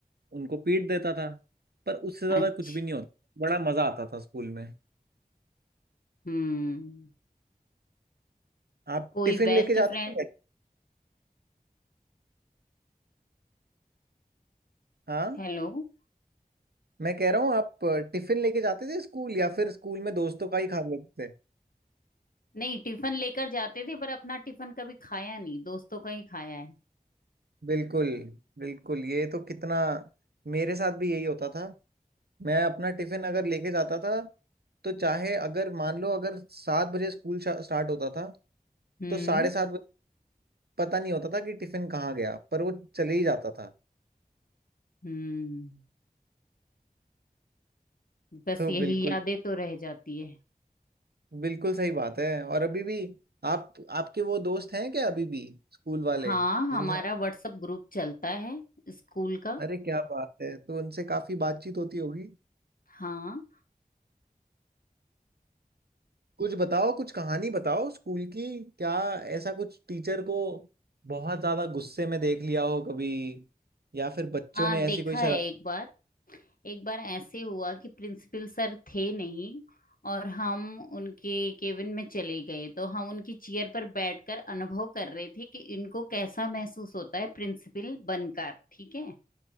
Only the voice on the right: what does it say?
उनको पीट देता था पर उससे ज्यादा
कुछ भी नहीं होता बड़ा मजा आता था स्कूल में
आप
टिफिन
लेके जाते
थे हाँ
मैं कह रहा हूँ आप टिफिन लेके जाते थे स्कूल या फिर स्कूल में दोस्तों का ही खा लेते थे
बिल्कुल बिल्कुल ये तो कितना मेरे साथ भी यही होता था मैं अपना टिफिन अगर लेके जाता था तो चाहे अगर मान लो अगर सात बजे स्कूल स्टार्ट होता था
तो साढ़े सात बजे पता नहीं होता था कि टिफिन कहाँ गया पर वो चले ही जाता था
तो
बिल्कुल
बिल्कुल सही बात है और अभी भी आप आपके वो दोस्त हैं क्या अभी भी स्कूल वाले
जिनसे
अरे क्या बात है तो उनसे काफी बातचीत होती होगी
कुछ बताओ कुछ कहानी बताओ स्कूल की क्या ऐसा कुछ टीचर को बहुत ज्यादा गुस्से में देख लिया हो कभी या फिर बच्चों
ने ऐसी
कोई शराब